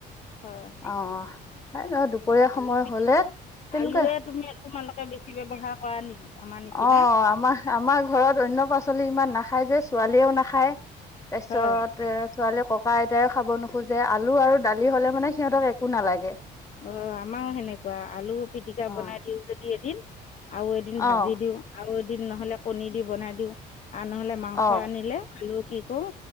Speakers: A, on the left; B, on the left.
A: হয়
B: আহ' হয় ত' দুপৰীয়া
A: অঁ
B: সময়
A: আলু পিটি
B: হ'লে তেনেকুৱা
A: আলুৱে তুমি, তোমালোকে বেছি ব্যৱহাৰ কৰা নেকি? আমাৰ নিচিনা
B: অঁ' আমাৰ আমাৰ ঘৰত অন্য পাচলি ইমান নাখায় যে ছোৱালীয়েও নাখায়। তাৰ পিছত
A: হয়
B: এ ছোৱালীৰ ককা-আইতাই খাব নোখোজে। আলু আৰু দালি হলে মানে সিহঁতক একো নালাগে।
A: অ' আমাৰো সেনেকুৱা আলু পিটিকা
B: অ',
A: বনাই দিওঁ যদি এদিন আৰু এদিন ভাজি
B: অ'।
A: দিওঁ আৰু এদিন নহলে কণী দি বনাই দিওঁ আৰু নহলে মাংস
B: অ
A: আনিলে আলু কি কৰো